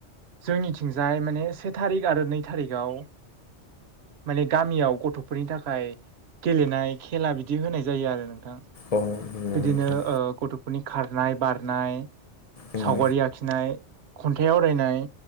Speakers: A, on the right; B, on the left.
A: जोंनिथिंजाय माने से थारिख आरो नै थारिखाव माने गामियाव गथ'फोरनि थाखाय गेलेनाय खेला बिदि होनाय जायो आरो नों थां
B: अ नंगौ
A: बिदिनो
B: नोंथां
A: गथ'फोरनि खारनाय बारनाय
B: उम
A: सावगारि आखि खन्थाइ आवरायनाय